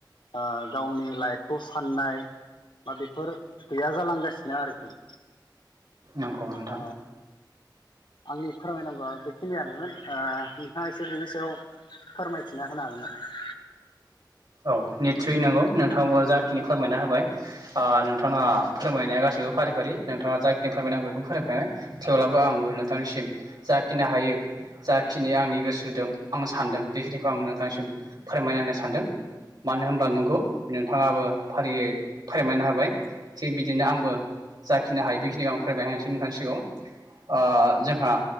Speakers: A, on the left; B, on the right.
A: ओ‌ गावनि लाइफखौ साननाय दा बेफोर गैया जालांगासिनो आरोखि।
B: नंगौ नोंथां।
A: ओ आंनि फोरमायनांगौआ बेखिनियानोमोन ओ नोंथाङा एसे बिनि सायाव फोरमायथिना होनो हागोन नामा?
B: औ निस्सय नंगौ नोंथां जाखिनि फोरमायना होबाय ओ नोंथाङा फोरमायनाया गासैबो फारि फारि नोंथाङा जाखिनि फोरमायनांगौ बेखौ फोरमायफाबाय थेवब्लाबो आंबो नोंथांनिसिम जाखिनि हायो जाखिनि आंनि गोसो दं आं सानदों बेखिनिखौ आं नोंथांनिसिम फोरमायना‌ होनो सानदों। मानो होनब्ला नंगौ नोंथाङाबो फारियै फोरमायनो हाबाय थिग बिदिनो आंबो जाखिनि हायो बेखिनिखौ आं फोरायमायसै नोंथांनिसिगाङाव ओ जोंहा